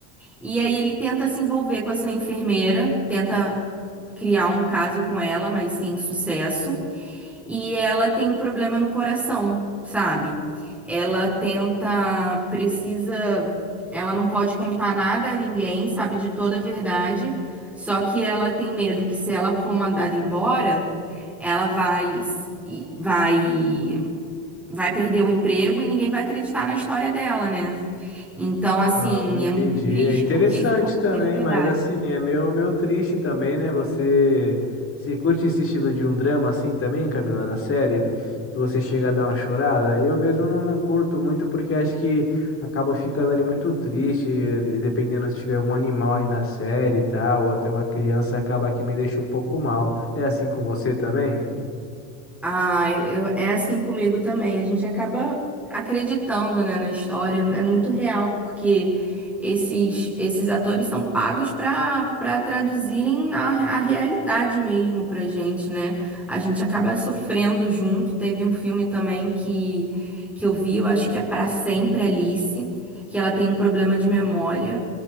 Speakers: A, in the centre; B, on the left.
A: E aí ele tenta se envolver com essa enfermeira, tenta criar um caso com ela, mas sem sucesso. E ela tem um problema no coração, sabe? Ela tenta, precisa, ela não pode contar nada a ninguém, sabe de toda a verdade. Só que ela tem medo que se ela for mandada embora, ela vai e- vai vai perder o emprego e ninguém vai acreditar na história dela, né? Então, assim,
B: Ah, entendi.
A: é muito triste
B: É interessante
A: porque isso aconteceu
B: também,
A: de verdade.
B: mas assim, é meio, meio triste também, né? Você se curte esse estilo de um drama assim também, Camila, na série, que você chega a dar uma chorada? Eu mesmo não, não curto muito porque acho que acaba ficando ali muito triste, eh, de- dependendo se tiver algum animal ali na série e tal, ou até uma criança acaba que me deixa um pouco mal. É assim com você também?
A: Ah, eu, é assim comigo também. A gente acaba acreditando, né, na história. É muito real, porque esses, esses atores são pagos para para traduzirem a, a realidade mesmo pra gente, né? A gente acaba sofrendo junto. Teve um filme também que, que eu vi, eu acho que é Pra Sempre Alice, que ela tem um problema de memória,